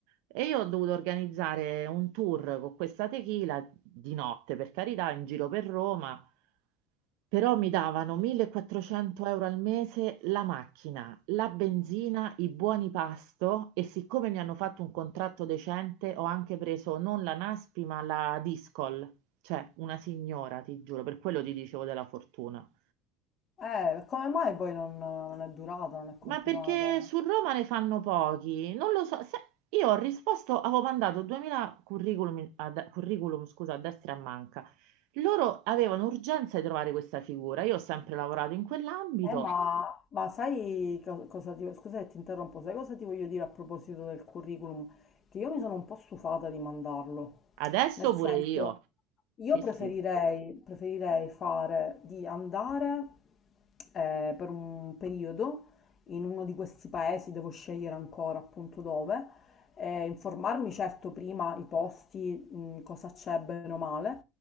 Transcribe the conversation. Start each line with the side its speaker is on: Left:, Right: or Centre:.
Right: E io ho dovuto organizzare un tour con questa tequila di notte, per carità, in giro per Roma. Però mi davano 1400 euro al mese la macchina, la benzina, i buoni pasto e siccome mi hanno fatto un contratto decente ho anche preso non la Naspi ma la Discol, cioè una signora, ti giuro, per quello ti dicevo della fortuna.
Left: Eh, come mai poi non, non è durata, non è continuata?
Right: Ma perché su Roma ne fanno pochi? Non lo so. se- Io ho risposto, avevo mandato 2000 curriculum, a, de- curriculum, scusa, a destra e a manca. Loro avevano urgenza di trovare questa figura. Io ho sempre lavorato in quell'ambito
Left: Eh, ma, ma sai co- cosa ti, scusa se ti interrompo, sai cosa ti voglio dire a proposito del curriculum? Che io mi sono un po' stufata di mandarlo.
Right: Adesso
Left: Nel senso,
Right: pure io.
Left: io
Right: Sì,
Left: preferirei,
Right: sì,
Left: preferirei fare di andare eh, per un periodo in uno di questi paesi, devo scegliere ancora appunto dove, eh, informarmi certo prima i posti, mh, cosa c'è bene o male,